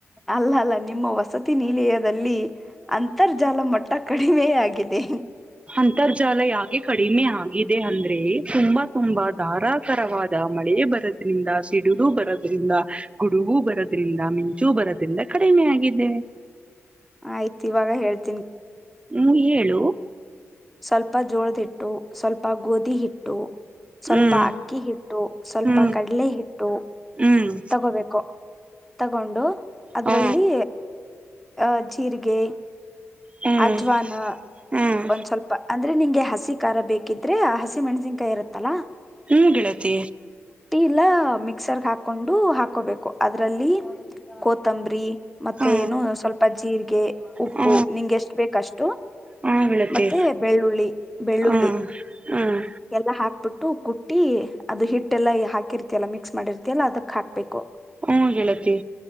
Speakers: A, in the centre; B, on the right.
A: ಅಲ್ಲ ಅಲ್ಲ ನಿಮ್ಮ ವಸತಿ ನಿಲಯದಲ್ಲಿ ಅಂತರ್ಜಾಲ ಮಟ್ಟ ಕಡಿಮೆ ಆಗಿದೆ
B: ಅಂತರ್ಜಾಲ ಯಾಕೆ ಕಡಿಮೆ ಆಗಿದೆ ಅಂದ್ರೆ ತುಂಬಾ ತುಂಬಾ ಧಾರಾಕಾರವಾದ ಮಳೆ ಬರೋದ್ರಿಂದ ಸಿಡಡು ಬರೋದ್ರಿಂದ ಗುಡುಗು ಬರೋದ್ರಿಂದ ಮಿಂಚೂ ಬರೋದ್ರಿಂದ ಕಡಿಮೆ ಆಗಿದೆ
A: ಆಯ್ತು ಇವಾಗ ಹೇಳ್ತ
B: ಹ್ಮ್ ಹೇಳು
A: ಸ್ವಲ್ಪ ಜೋಳದಿಟ್ಟು ಸ್ವಲ್ಪ ಸ್ವಲ್ಪ ಗೋಧಿ ಹಿಟ್ಟು ಸ್ವಲ್ಪ
B: ಹ್ಮ್
A: ಅಕ್ಕಿ ಹಿಟ್ಟು ಸ್ವಲ್ಪ
B: ಹ್ಮ್
A: ಕಡಲೆ ಹಿಟ್ಟು
B: ಹ್ಮ್
A: ತಗೋಬೇಕು ತಗೊಂಡು ಅದ್ರಲ್ಲಿ
B: ಹ
A: ಆ ಜೀರಿಗೆ
B: ಹ್ಮ್
A: ಅಜ್ವಾನ
B: ಹ್ಮ್
A: ಒಂದ್ ಸ್ವಲ್ಪ ಅಂದ್ರೆ ನಿಂಗೆ ಹಸ ಹಸಿ ಖಾರ ಬೇಕಿದ್ರೆ ಆ ಹಸಿ ಮೆಣ್ಸಿನ್ಕಾಯಿ ಇರತ್ತಲ್ಲಾ
B: ಹ್ಮ ಗಿಳತಿ
A: ಇಲ್ಲ ಮಿಕ್ಸರ್ಗೆ ಹಾಕ ಹಾಕೊಂಡು ಹಾಕೋಬೇಕು ಅದ್ರಲ್ಲಿ ಕೋತಂಬ್ರಿ ಮತ್ತೆ
B: ಹಾ
A: ಏನು ಸ್ವಲ್ಪ ಜೀರಿಗೆ ಉಪ್ಪು
B: ಹ
A: ನಿಂಗೆ ಎಷ್ಟ ಬೇಕಷ್ಟು
B: ಹ ಗೆಳತಿ
A: ಮತ್ತೆ ಬೆಳ್ಳುಳ್ಳಿ ಬೆಳ್ಳುಳ್ಳಿ
B: ಹ ಹ್ಮ್
A: ಎಲ್ಲಾ ಹಾಕ್ಬಿಟ್ಟು ಟ್ಟ ಕುಟ್ಟಿ ಅದು ಹಿಟ್ಟೆಲ್ಲ ಹಾಕಿರ್ತಲ್ಲ ಮಿಕ್ಸ್ ಮಾಡಿರ್ ಲ್ಲ ಅದುಾ ಬು
B: ಹ್ಮ ಗೆಳತಿ